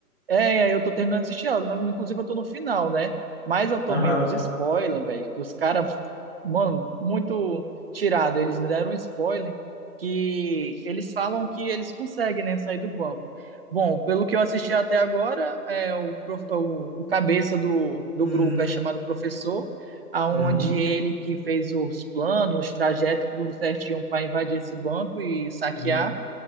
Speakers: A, on the right; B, in the centre.
A: É, aí eu tô terminando de assistir ela. né? Inclusive, eu tô no final, né? Mas eu tomei
B: Aham.
A: uns spoilers, velho, que os caras, mano, muito tirado. Eles me deram um spoiler que eles falam que eles conseguem, né, sair do banco. Bom, pelo que eu assisti até agora, é, o, prof- o, o cabeça do, do
B: Uhum.
A: grupo é chamado professor, aonde
B: Uhum.
A: ele que fez os planos, os trajetos, tudo certinho para invadir esse banco e saquear.
B: Uhum.